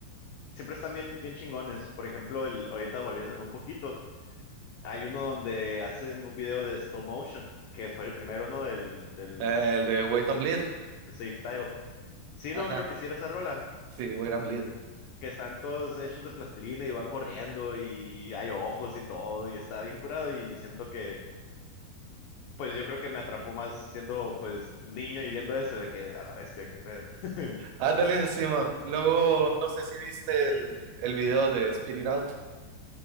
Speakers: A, on the left (about 85°); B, on the right (about 85°).
A: siempre están bien, bien chingones. Por ejemplo, el, ahorita volviéndome un poquito, hay uno donde hacen un video de stop motion, que fue el primero, ¿no? Del, del,
B: Eh, el de Wait and Bleed.
A: del Safe Title. Sí,
B: Ajá,
A: no, creo que sí era esa rola.
B: sí, Wait and Bleed.
A: que están todos hechos de plastilina y van corriendo y hay ojos y todo y está bien curado y siento que, pues yo creo que me atrapó más siendo pues niño y viendo eso de que a la bestia, qué pedo. <laughs>
B: Ándale, Simón. Luego, no sé si viste el, el video de Spirit Out.